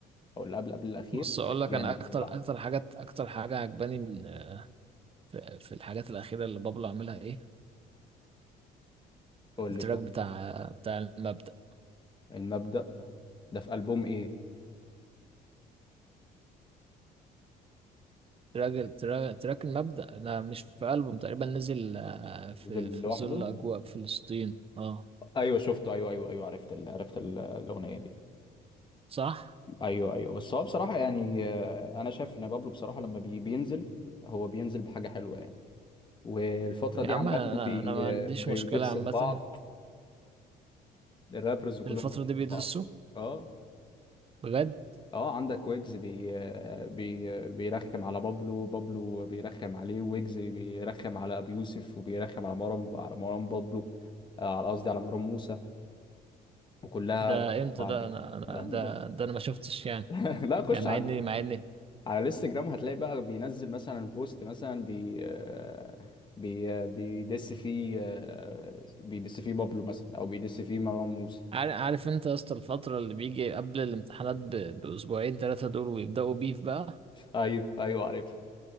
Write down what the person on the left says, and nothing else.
او اللي قبل قبل الاخير
كان
جامد
بصراحه
قول
لي طيب
المبدأ ده في ألبوم ايه
نزل
لوحده
ايوه شفته ايوه ايوه ايوه عرفت ال... عرفت ال- الاغنيه دي
ايوه ايوه بس هو بصراحه يعني آه، انا شايف ان بابلو بصراحه لما بي- بينزل هو بينزل بحاجه حلوه يعني والفتره
دي
عمال
بي
آه، بيدس
في بعض الرابرز كلهم
بيدسوا
في بعض اه
اه عندك ويجز بي آه، بي آه، بيرخم على بابلو بابلو بيرخم عليه ويجز بيرخم على ابي يوسف وبيرخم على مروان على مروان بابلو آه، على قصدي على مروان موسى وكلها
بعض
دي.
لا من...
<laughs> لا خش
على
على الانستجرام هتلاقي بقى بينزل مثلا بوست مثلا بي آه، بي آه، بيدس فيه آه، بيدس فيه بابلو مثلا او بيدس فيه مروان موسى
ايوه ايوه عارف